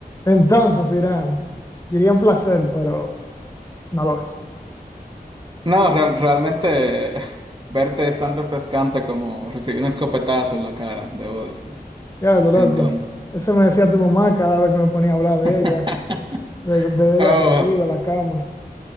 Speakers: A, on the left; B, on the right.
A: Entonces, Irán, diría un placer, pero no lo es.
B: No, real- realmente <laughs> verte es tan refrescante como recibir un escopetazo en la cara, debo decir.
A: Ya, lo
B: Entonces,
A: loco. Eso me decía tu mamá cada vez que me ponía a hablar de ella,
B: <laughs>
A: de, de
B: oh,
A: ella contigo en la cama.